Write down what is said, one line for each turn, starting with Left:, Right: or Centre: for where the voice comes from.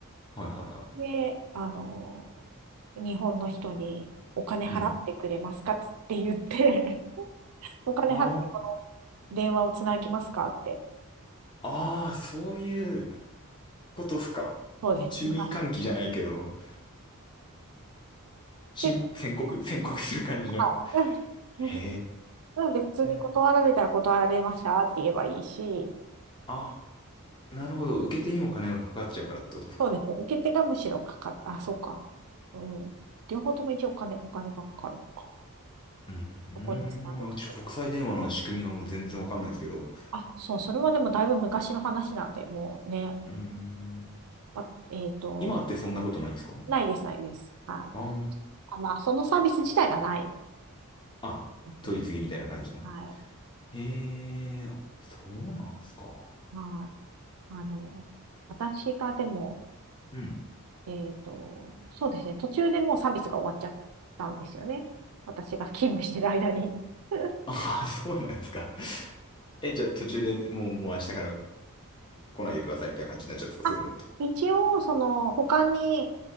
Left: はいは
Right: で、あの、日本の人にお金払ってくれますかつって言って、
Left: い。うん。
Right: <laughs> お金払ってこの
Left: あ
Right: 電話をつなぎますかって。
Left: あ、ああ、そういうことっすか。
Right: そうです。
Left: 注意喚起じゃないけど、
Right: 昔。
Left: 申告、
Right: で、
Left: 宣告宣告する感じの。
Right: はい。<laughs>
Left: へ
Right: なので、普通に断られたら断られましたって言えばいいし、
Left: え。あ、なるほど。受け手にも金がかかっちゃうからってことですか。
Right: そうです。受け手がむしろかかっ、あ、そうか。うん。両方とも一応お金、お金がかかるのか。
Left: うん。うーん、
Right: そこにつなぐまで。
Left: ちょ、国際電話の仕組みが俺全然わかんないですけど。
Right: あ、そう、それはでもだいぶ昔の話なんで、もうね、
Left: うーん。
Right: あ、えっと、
Left: 今ってそんなことないんですか
Right: ないです、ないです。はい。
Left: あー
Right: あ、まあ、そのサービス自体がない
Left: あ、
Right: ですね。
Left: 取り次ぎみたいな感じの。
Right: はい。
Left: へえ、そうなんすか。
Right: はい。あの、私がでも、
Left: うん。
Right: えっと、そうですね、途中でもうサービスが終わっちゃったんですよね。私が勤務してる間に。<laughs>
Left: <laughs> あ、そうなんすか。え、じゃあ途中でもう、もう明日から来ないでくださいみたいな感じになっちゃうんですか、そういうのって。
Right: あ一応、その、他に、